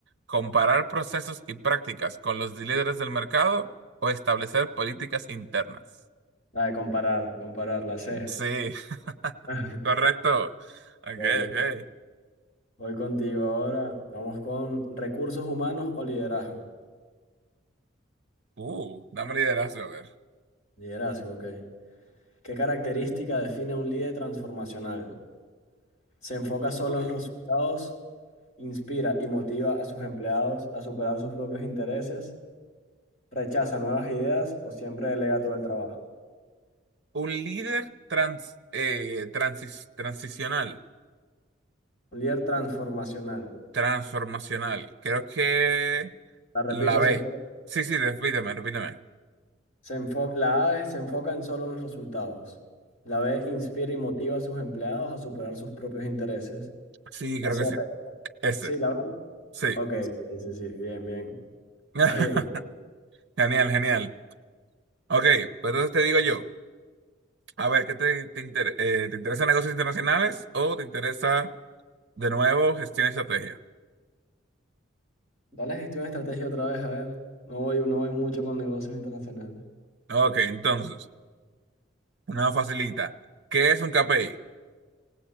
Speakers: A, on the right (about 55°); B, on the left (about 35°).
A: comparar procesos y prácticas con los líderes del mercado o establecer políticas internas.
B: La de comparar, comparar, la C.
A: Sí, <laughs>
B: <laughs>
A: correcto. Ok,
B: Ok, ok.
A: ok.
B: Voy contigo ahora. Vamos con recursos humanos o liderazgo.
A: Uh, dame liderazgo, a ver.
B: Liderazgo, ok. ¿Qué característica define a un líder transformacional? Se enfoca solo
A: Uf.
B: en los resultados, inspira y motiva a sus empleados a superar sus propios intereses, rechaza nuevas ideas o siempre delega todo el trabajo.
A: Un líder trans, eh, transis- transicional,
B: Un líder transformacional.
A: transformacional. Creo que
B: La repito
A: la B.
B: si quieres.
A: Sí, sí, repíteme, repíteme.
B: Se enfo- la A es se enfoca en solo en los resultados. La B inspira y motiva a sus empleados a superar sus propios intereses.
A: Sí,
B: La
A: creo
B: C,
A: que sí.
B: re-
A: Ese,
B: sí, la verdad.
A: sí.
B: Ok, sí, sí, sí, bien, bien.
A: <laughs>
B: Más bien.
A: Genial, genial. Ok, pues entonces te digo yo, a ver, ¿qué te, te, inter- eh, ¿te interesa negocios internacionales o te interesa de nuevo gestión y estrategia?
B: Dale gestión de estrategia otra vez, a ver. No voy, no voy mucho con negocios internacionales.
A: Ok, entonces, una facilita. ¿Qué es un KPI?